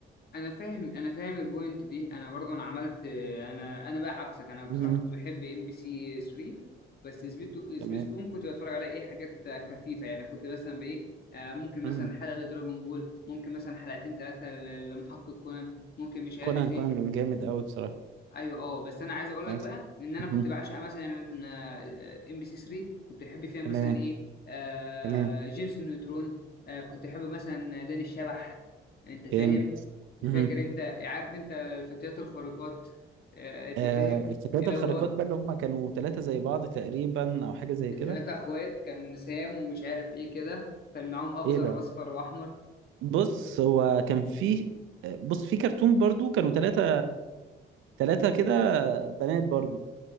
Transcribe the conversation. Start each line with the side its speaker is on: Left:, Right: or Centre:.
Left: انا فاهم انا فاهم البوينت دي انا برضه انا عملت انا انا بقى عكسك انا بصراحه
Right: مهم.
Left: كنت بحب ام بي سي 3 بس سبيستو- سبيستون
Right: تمام
Left: كنت بتفرج على ايه حاجات خفيفه يعني كنت مثلا بايه آه، ممكن مثلا
Right: مهم.
Left: حلقه لدراجون بول ممكن مثلا حلقتين ثلاثه لمحقق كونان ممكن مش عارف
Right: كونان كونان
Left: ايه
Right: كان جامد قوي بصراحه
Left: ايوه اه بس انا عايز اقول
Right: نايس
Left: لك بقى ان انا
Right: مهم.
Left: كنت بعشق مثلا آه، ام بي سي 3 كنت بحب فيها مثلا
Right: تمام
Left: ايه آه
Right: تمام
Left: جيمس النيوترون آه كنت بحب مثلا داني الشبح انت فاهم
Right: جامد مهم.
Left: فاكر انت عارف انت الفتيات الخارقات آه انت
Right: آه
Left: فاهم
Right: الفتيات
Left: اللي
Right: الخارقات
Left: هو
Right: بقى اللي هم كانوا ثلاثه زي بعض تقريبا او حاجه زي
Left: الثلاثه
Right: كده
Left: اخوات كان سام ومش عارف ايه كده كان معاهم اخضر
Right: ايه ده
Left: واصفر واحمر
Right: بص هو كان فيه بص في كرتون برضو كانوا ثلاثة ثلاثة كده بنات برضو